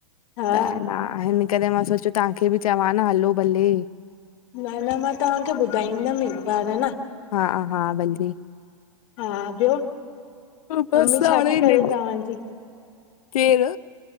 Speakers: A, on the left; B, on the left.
A: हा
B: त न हिन करे मां सोचियो तहांखे बि चवां न हलो भले।
A: न न, मां तव्हांखे ॿुधाईंदमि हिकु बार। ह न
B: हा हा भल्ली।
A: हा ॿियो
B: बसि
A: मम्मी
B: हाणे
A: छा पई करे तहांजी?
B: केरु?